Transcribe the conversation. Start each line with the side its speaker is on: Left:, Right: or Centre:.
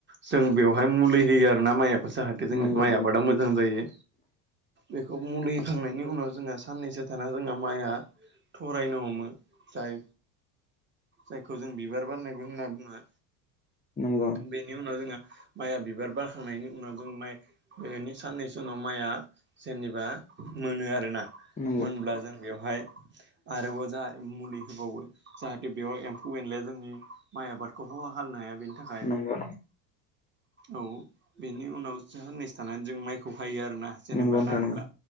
Right: जों बेवहाय मुलि होयो आरोना माइआव। जाहाते जोंनि
Left: नंगौ
Right: माइ
Left: नंगौ
Right: आबादा मोजां जायो बेखौ मुलि होखांनायनि उनाव जोंहा साननैसो थाना जोंहा माइआ थरायनो हमो जाय जायखौ जों बिबार बारनायबो होनना बुङो।
Left: नंगौ।
Right: बेनि उनाव जोङो माइया बिबार बारखांनायनि उनाव जों माइ बेनि साननैसो उनाव माइआ जेनेबा मोनो आरोना।
Left: नंगौ
Right: मोनब्ला जों बेवहाय आरोबाव जा मुलि होबावो। जाहाथे बेयाव एम्फौ-एनलाया जोंनि माइ आबादखौ खहा खालामनो हाया। बे थाखाय
Left: नंगौ
Right: औ बेनि उनाव साननैसो थानानै जों माइखौ हायो आरोना जेनेबा
Left: नोंथां
Right: रानब्ला
Left: नंगौ